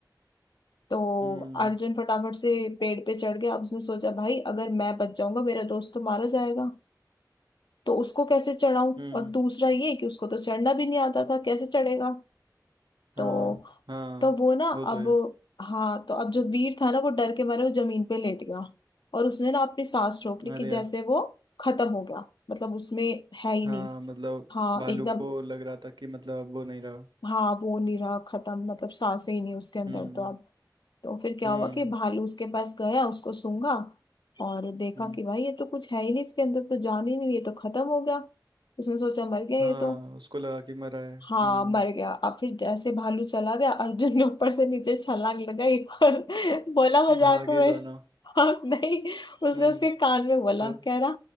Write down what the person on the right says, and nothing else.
हम्म
हम्म
हाँ हाँ
वो
तो है
अरे
यार
हाँ
मतलब
भालू
को लग रहा था कि मतलब अब वो नहीं रहा
हम्म
हम्म
हम्म
हाँ
उसको लगा कि मरा है हम्म
भागे
दोनों
हम्म
तो